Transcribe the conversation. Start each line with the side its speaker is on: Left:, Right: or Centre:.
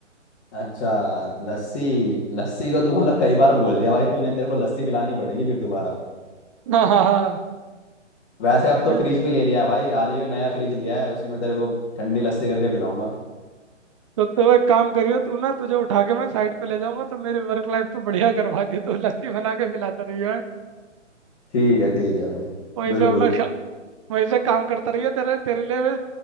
Left: अच्छा लस्सी लस्सी को तू मतलब कई बार बोल दिया भाई तूने तेरे को लस्सी पिलानी पड़ेगी फिर दोबारा
Right: <laughs> हाँ हाँ हाँ
Left: वैसे अब तो
Right: बिल-
Left: फ्रिज भी ले लिया है भाई आ जाइयो नया फ्रिज लिया है उसी में तेरे को ठंडी लस्सी करके पिलाऊंगा
Right: तो तू एक काम करियो तू ना तुझे उठा के मैं साइड पे ले जाऊंगा तो मेरी वर्क लाइफ तो बढ़िया करवा दी तू लस्सी बना के पिलाता रहियो है
Left: ठीक है ठीक है भाई
Right: वहीं
Left: बिल्कुल
Right: से अपना खा- वहीं से काम करता रहियो तेरे तेरे लिए मैं